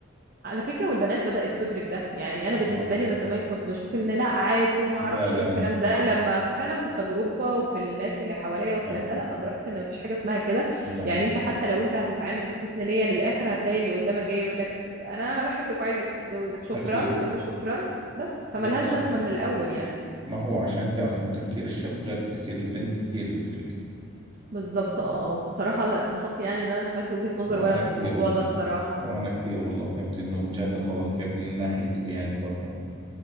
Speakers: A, on the right; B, on the right.
A: على فكرة والبنات بدأت تدرك ده يعني أنا بالنسبة
B: اه
A: لي أنا زمان كنت بشوف إن لا عادي وما
B: لا
A: أعرفش
B: لا
A: إيه والكلام
B: لا
A: ده لما فعلا في التجربة وفي الناس اللي حواليا والكلام
B: لا
A: ده لا أدركت إن مفيش حاجة اسمها كده
B: لا
A: يعني أنت حتى لو أنت هتتعامل بحسن نية للآخر هتلاقي اللي قدامك جاي يقول لك أنا بحبك وعايزة أتجوزك شكرا
B: اكيد
A: شكرا بس فملهاش
B: بالضبط
A: لازمة من الأول يعني
B: ما هو عشان تعرف انه تفكير الشاب غير تفكير البنت كثير بفرق
A: بالظبط اه بصراحة اتبسطت يعني إن أنا سمعت وجهة نظر
B: وأنا
A: ولد
B: كثير
A: في الموضوع
B: والله
A: ده الصراحة
B: وأنا كثير والله فهمت إنه وجهات النظر كيف من ناحيتكم يعني برضه